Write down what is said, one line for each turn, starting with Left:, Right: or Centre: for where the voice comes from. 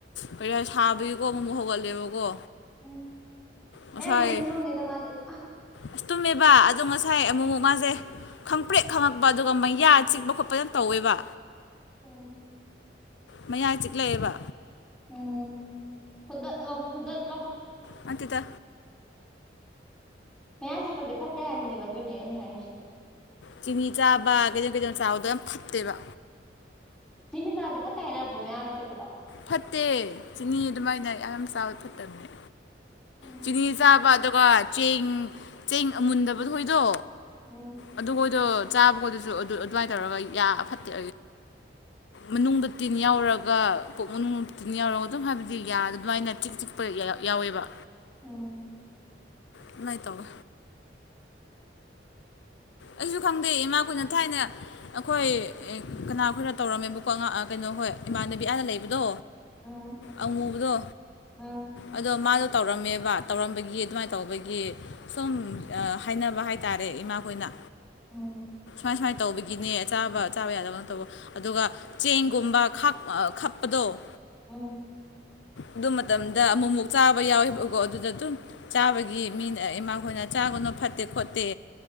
Left: ꯀꯔꯤ ꯁꯥꯕꯒꯤꯀꯣ ꯑꯃꯃꯨꯛ ꯍꯧꯒꯠꯂꯦꯕꯀꯣ
Centre: ꯎꯝ
Left: ꯉꯁꯥꯏ
Centre: ꯑꯌꯥꯝꯕꯅ ꯇꯨꯝꯃꯝꯅꯤꯗ ꯃꯥꯗꯤ ꯑ
Left: ꯑꯁ ꯇꯨꯝꯃꯦꯕ ꯑꯗꯣ ꯉꯁꯥꯏ ꯑꯃꯨꯛ ꯃꯨꯛ ꯃꯥꯁ‌ꯦ ꯈꯪꯄ꯭ꯔꯦꯛ ꯈꯪꯉꯛꯄ ꯑꯗꯨꯒ ꯃꯩꯌꯥ ꯆꯤꯛꯄ ꯈꯣꯠꯄꯗ ꯇꯧꯋꯦꯕ
Centre: ꯎꯝ
Left: ꯃꯌꯥ ꯆꯤꯛꯂꯛꯑꯦꯕ
Centre: ꯎꯝ ꯐꯨꯗꯠꯂꯣ ꯐꯨꯗꯠꯂꯣ
Left: ꯅꯥꯠꯇꯦꯗꯥ
Centre: ꯃꯌꯥ ꯆꯤꯛꯄꯁꯦ ꯐꯠꯖꯇ‌ꯦ ꯍꯥꯏꯅꯦꯕ ꯑꯗꯨꯏꯅꯦ ꯑꯩꯅ ꯍꯥꯏꯔꯤꯁꯦ
Left: ꯆꯤꯅꯤ ꯆꯥꯕ ꯀꯩꯗ‌ꯣꯝ ꯀꯩꯗꯣ ꯆꯥꯕꯗꯣ ꯌꯥꯝ ꯐꯠꯇꯦꯕ
Centre: ꯆꯤꯅꯤ ꯆꯥꯕꯁꯦ ꯐꯠꯇ‌ꯦ ꯍꯥꯏꯅꯕ꯭ꯔꯣ ꯃꯌꯥꯒ ꯆꯤꯛꯄꯗ
Left: ꯐꯠꯇꯦ ꯆꯤꯅꯤ ꯑꯗꯨꯃꯥꯏꯅ ꯌꯥꯝ ꯆꯕ ꯐꯠꯇꯕꯅꯦ
Centre: ꯎꯝ
Left: ꯆꯤꯅꯤ ꯆꯥꯕ ꯑꯗꯨꯒ ꯆꯦꯡ ꯆꯦꯡ ꯑꯃꯨꯟꯗꯕ ꯍꯣꯏꯗꯣ
Centre: ꯎꯝ
Left: ꯑꯗꯨꯈꯣꯏꯗꯣ ꯆꯥꯕ ꯈꯣꯏꯗꯁꯨ ꯑꯗꯨ ꯑꯗꯨꯃꯥꯏꯅ ꯇꯧꯔꯒ ꯌꯥ ꯐꯠꯇꯦ ꯃꯅꯨꯡꯗ ꯇꯤꯟ ꯌꯥꯎꯔꯒ ꯄꯨꯛ ꯃꯅꯨꯡ ꯃꯨꯇꯤꯟ ꯌꯥꯎꯔꯒ ꯑꯗꯨꯝ ꯍꯥꯏꯕꯗꯤ ꯌꯥ ꯑꯗꯨꯃꯥꯏꯅ ꯆꯤꯛ ꯆꯤꯛꯄ ꯌꯥꯎꯋꯦꯕ
Centre: ꯎꯝ
Left: ꯑꯗꯨꯃꯥꯏꯏ ꯇꯧꯕ ꯑꯩꯁꯨ ꯈꯪꯗꯦ ꯏꯃꯥ ꯈ‌ꯣꯏꯅ ꯊꯥꯏꯅ ꯑꯩꯈꯣꯏ ꯀꯅꯥ ꯈ‌ꯣꯏꯅ ꯇꯧꯔꯝꯃꯦꯕꯀꯣ ꯀꯩꯅꯣ ꯑꯍꯣꯏ ꯏꯃꯥꯟꯅꯕꯤ ꯑꯥꯗ ꯂꯩꯕꯗꯣ
Centre: ꯎꯝ
Left: ꯑꯪꯉꯨꯕꯗꯣ
Centre: ꯎꯝ
Left: ꯑꯗꯣ ꯃꯥꯗꯣ ꯇꯧꯔꯝꯃꯦꯕ ꯇꯧꯔꯝꯕꯒꯤ ꯑꯗꯨꯃꯥꯏꯅ ꯇꯧꯕꯒꯤ ꯁꯨꯝ ꯍꯥꯏꯅꯕ ꯍꯥꯏꯇꯥꯔꯦ ꯏꯃꯥꯈꯣꯏꯅ
Centre: ꯎꯝ
Left: ꯁꯨꯃꯥꯏ ꯁꯨꯃꯥꯏ ꯇꯧꯕꯒꯤꯅꯦ ꯆꯥꯕ ꯆꯥꯕ ꯌꯥꯗꯕ ꯇꯧꯕ ꯑꯗꯨꯒ ꯆꯦꯡꯒꯨꯝꯕ ꯈꯥꯛꯄ ꯈꯞꯄꯗꯣ
Centre: ꯎꯝ
Left: ꯑꯗꯨ ꯃꯇꯝꯗ ꯑꯃꯨꯛꯃꯨꯛ ꯆꯥꯕ ꯌꯥꯎꯋꯦꯕꯀꯣ ꯑꯗꯨꯗ ꯑꯗꯨꯝ ꯆꯥꯕꯒꯤ ꯃꯤꯅ ꯏꯃꯥꯈꯣꯏꯅ ꯆꯥꯒꯅꯨ ꯐꯠꯇꯦ ꯈꯣꯠꯇꯦ